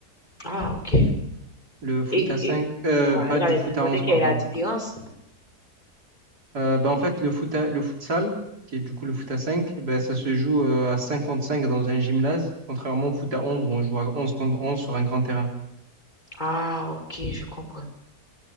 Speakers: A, on the left (about 25°); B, on the right (about 70°).
A: Ah, ok.
B: Le foot
A: Et,
B: à 5
A: et
B: euh,
A: ouais,
B: pas
A: j'allais
B: du foot
A: te demander
B: à 11
A: quelle
B: pardon.
A: est la différence.
B: Euh, bah, en fait, le foot à- le futsal, qui est du coup le foot à 5 bah, ça se joue euh, à 5 contre 5 dans un gymnase, contrairement au foot à onze où on joue à onze contre 11 sur un grand terrain.
A: Ah, ok, je comprends.